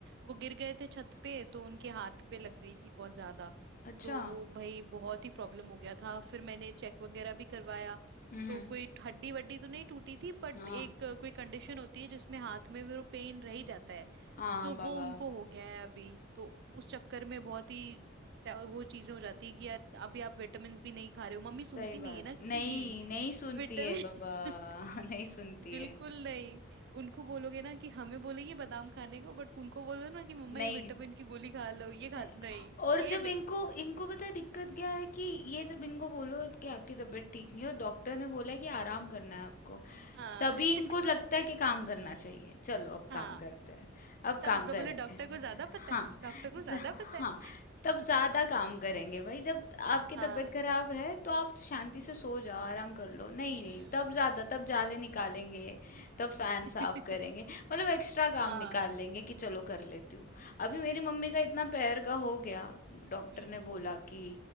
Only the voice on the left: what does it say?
अच्छा
हम्म
हाँ
हाँ
बाबा
सही
बात
है
नहीं
नहीं सुनती
है बाबा <laughs> नहीं सुनती
है
नहीं
नहीं,
और
जब
इनको इनको पता है दिक्कत क्या है कि ये जब इनको बोलो कि आपकी तबीयत ठीक नहीं है और डॉक्टर ने बोला है कि आराम करना है आपको
तभी
इनको लगता है कि काम करना चाहिए चलो अब
काम करते हैं अब
काम
करेंगे
हाँ
ज-
हाँ
तब
ज्यादा काम करेंगे भाई जब आपकी
तबीयत खराब है तो आप शांति से सो जाओ आराम कर लो नहीं नहीं
तब ज्यादा तब जाले निकालेंगे तब फैन
साफ करेंगे मतलब एक्स्ट्रा काम
निकाल लेंगे कि चलो कर लेती हूँ अभी मेरी मम्मी का इतना पैर का हो गया डॉक्टर
ने बोला कि